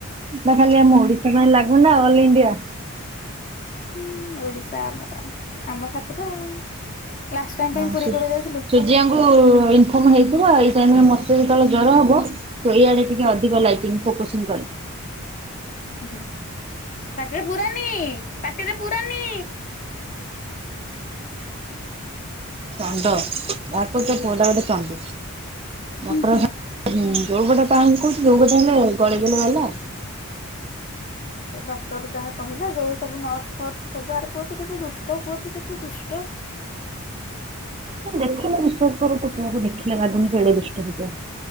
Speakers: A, on the right (about 25°); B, on the left (about 35°).
A: ନା ଖାଲି ଆମ ଓଡିଶ ସେଥିପାଇଁ ଲାଗୁନା ଅଲ୍ ଇଣ୍ଡିଆ।
B: ହୁଁ ଓଡିଶା ଆମର ଆମ ଠାକୁର ଆଉ ଲାଷ୍ଟ ଟାଇମ ପାଇଁ
A: ହଁ
B: ପୁରୀ
A: ସୁୂର୍ଯ୍ୟାଙ୍କୁ
B: କେବେ ଯାଇଥିଲୁ?
A: ଇନଫର୍ମ ହେଇଥିବ ଏଇ ଟାଇମ ରେ ମତେ ଯେତେବେଳେ ଜର ହବ ସେଇ ଆଡେ ଟିକେ ଅଧିକ ଲାଇଟିଂ ଫୋକସିଂ କରେ।
B: ହୁଁ ହୁଁ ପାଟିରେ ପୁରାନୀ ପାଟିରେ ପୁରାନୀ
A: ଚଣ୍ଡ ଘକୁଛ ତୋ ପୁଅଟା ଗୋଟେ ଚଣ୍ଡୀ ମଟର
B: ହୁଁ ହୁଁ
A: ଗା
B: ହୁଁ।
A: ହୁଁ ଯୋଉ ଗୋଟେ ପା କହୁଛି ଯୋଉ ଗୋଟେ ହେଲେ ଗଳେଇଦେଲେ ଗଲା।
B: ସେ ଡକ୍ଟର ଯାହା କହିଲା ଯୋଉ ସବୁ ନର୍ସ ଫର୍ସ ସବୁ ଆରେ ପୁଅ ତୁ କେତେ ଦୁଷ୍ଟ ପୁଅ କେତେ ଦୁଷ୍ଟ
A: ମୁଁ ଦେଖିଲେ ବିଶ୍ୱାସ କର ତୁ ପୁଅକୁ ଦେଖିଲେ ଲାଗୁନି ଏଡେ ଦୁଷ୍ଟ ହେଇଥିବ